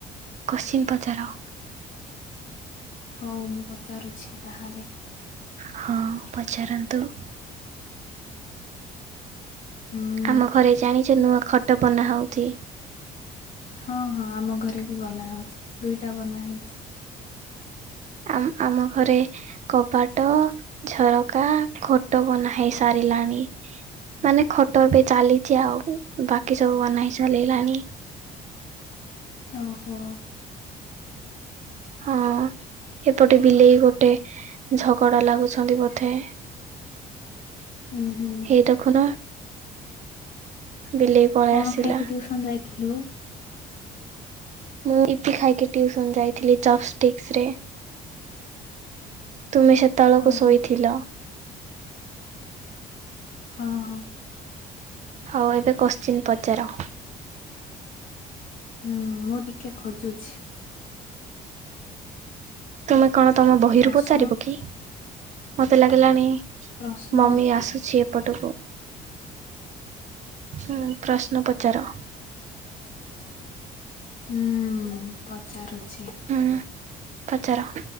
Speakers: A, on the right (about 45°); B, on the left (about 55°).
A: କୋଶ୍ଚେନ ପଚାର।
B: ହଉ ମୁଁ ପଚାରୁଛି ତାହେଲେ।
A: ହଁ ପଚାରନ୍ତୁ।
B: ହୁଁ।
A: ଆମ ଘରେ ଜାଣିଛ ନୂଆ ଖଟ ବନା ହଉଛି।
B: ହଁ ହଁ ଆମ ଘରେ ବି ବନା ହଉଛି, ଦୁଇଟା ବନା ହେଇଛି।
A: ଆ ଆମ ଘରେ କବାଟ, ଝରକା, ଖଟ ବନା ହେଇ ସାରିଲାଣି। ମାନେ ଖଟ ଏବେ ଚାଲିଛି ଆଉ। ବାକି ସବୁ ବନା ହେଇସାଇଲାଣି।
B: ଓହୋ।
A: ହଁ ଏପଟେ ବିଲେଇ ଗୋଟେ ଝଗଡା ଲାଗୁଛନ୍ତି ବୋଧେ।
B: ଉଁ ହୁଁ।
A: ହେଇ ଦେଖୁନ ବିଲେଇ ପଳେଇ
B: କଣ
A: ଆସିଲା
B: ଖାଇକି ଟିଉସନ୍ ଯାଇଥିଲୁ?
A: ମୁଁ ଇପି ଖାଇକି ଟ୍ୟୁସନ ଯାଇଥିଲି ଚପ୍ ଷ୍ଟିକସ୍ ରେ।
B: <unintelligible>
A: ତୁମେ ସେତେବେଳକୁ
B: ଓହୋ
A: ଶୋଇଥିଲ।
B: ହଁ ହଁ।
A: ହଉ ଏବେ କୋଶ୍ଚିନ ପଚାର।
B: ହୁଁ ମୁଁ ଟିକେ ଖୋଜୁଛି।
A: ତୁମେ କଣ ତମ ବହିରୁ
B: ପ୍ରଶ୍ନ
A: ପଚାରିବ କି? ମତେ ଲାଗିଲାଣି
B: ପ୍ରଶ୍ନ
A: ମମି ଆସୁଛି ଏପଟକୁ। ହୁଁ ପ୍ରଶ୍ନ ପଚାର।
B: ହୁଁ ପଚାରୁଛି।
A: ହୁଁ ପଚାର।